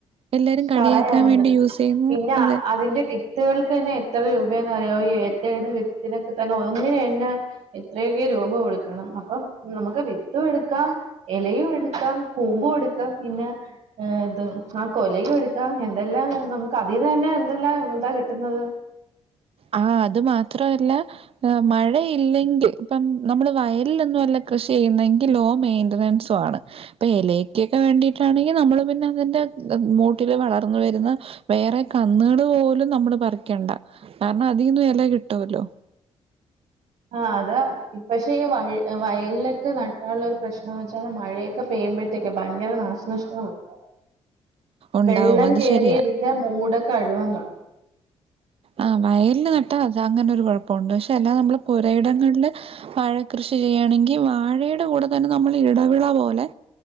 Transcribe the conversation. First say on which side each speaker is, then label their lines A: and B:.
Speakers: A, on the right (about 60°); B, on the right (about 80°).
A: എല്ലാരും കളിയാക്കാൻ
B: കളയാ
A: വേണ്ടി യൂസീയ്യ്ന്ന
B: പിന്നെ
A: അതെ
B: അതിന്റെ വിത്തുകൾക്ക് ഏന്നെ എത്ര രൂപയാന്ന് അറിയൊ ഈ ഏത്തേടെ വിത്തിനൊക്ക തന്നെ ഒന്നിന് തന്നെ എത്രയൊക്കെ രൂപ കൊട്ക്കണം അപ്പം നമുക്ക് വിത്ത് എട്ക്കാം എലയും എടുക്കാം കൂമ്പും എടുക്കാം പിന്നെ ഏഹ് ഇത് ആഹ് കൊലയു എടുക്കാം എന്തെല്ലാം നമുക്ക് അതിന്ന് തന്നെ എന്തെല്ലാം ഇതാ കിട്ട്ന്നത്
A: ആഹ് അത് മാത്രവല്ല പം മഴയില്ലെങ്കിൽ ഇപ്പം നമ്മള് വയലിലൊന്നു അല്ല കൃഷി ചെയ്യ്ന്നെങ്കി ലോ മെയിന്റനൻസ് <unintelligible> ഇപ്പൊ എലയ്ക്കൊക്ക വേണ്ടിട്ടാണെങ്കി നമ്മള് പിന്നെ അതിന്റെ മൂട്ടില് വളർന്ന് വര്ന്ന വേറെ കന്ന്കള് പോലും നമ്മള് പറിക്കണ്ട കാരണം അതിന്നും ഇല കിട്ടുവല്ലോ
B: ആഹ് അതാ പക്ഷെ ഈ വഴ വയലിലൊക്കെ നട്ടാള്ളൊരു പ്രശ്നംന്ന് വെച്ചാല് മഴയൊക്കെ പെയ്യുമ്പഴത്തേക്കെ ഭയങ്കര നാശനഷ്ട്ടങ്ങളുണ്ടാവും
A: ഉണ്ടാവും
B: വെള്ളം
A: അത്
B: കേറിയ
A: ശരിയാ.
B: ന്റെ മൂടൊക്ക അഴുവാൻ തൊടങ്ങും
A: ആഹ് വയലില് നട്ടാ അത് അങ്ങനൊരു കുഴപ്പോണ്ട് പക്ഷെ എല്ലാ നമ്മള് പുരയിടങ്ങളില് വാഴ കൃഷി ചെയ്യ്യാണെങ്കി വാഴേടെ കൂടെ തന്നെ നമ്മള് ഇടവിള പോലെ